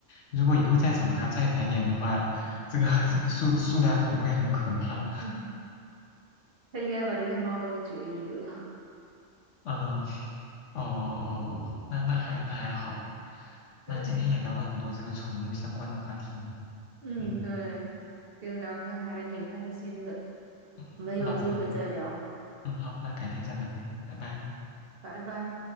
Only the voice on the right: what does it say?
嗯，他应该把这些猫都绝育了，
<laughs> 对。嗯，
对，
这个聊天还挺开心的，
我们有机会再聊，
拜拜。